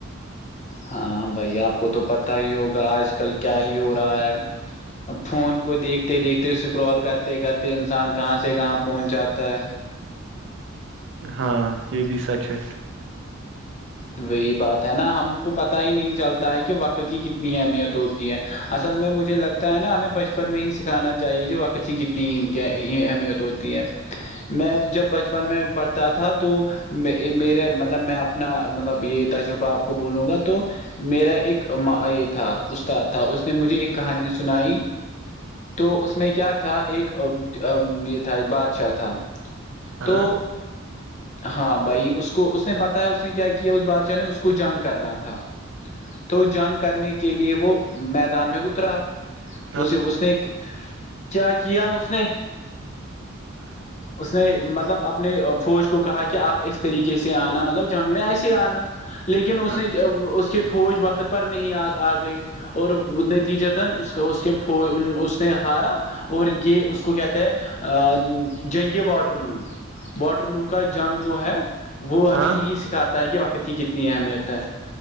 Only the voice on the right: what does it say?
ہاں یہ بھی سچ ہے
ہاں
ہاں
<inaudible>
ہاں
ہاں
آپ